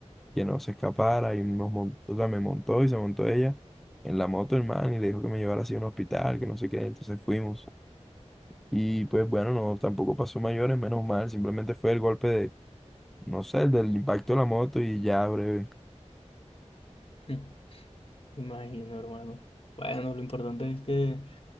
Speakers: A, in the centre; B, on the left.
A: que no se escapara y nos montó, o sea, me montó y se montó ella en la moto, hermano, y le dijo que me llevara así a un hospital, que no sé qué, entonces fuimos. Y pues bueno, no, tampoco pasó mayores, menos mal, simplemente fue el golpe de, no sé, el del impacto de la moto y ya breve.
B: <laughs> Imagino, hermano. Bueno, lo importante es que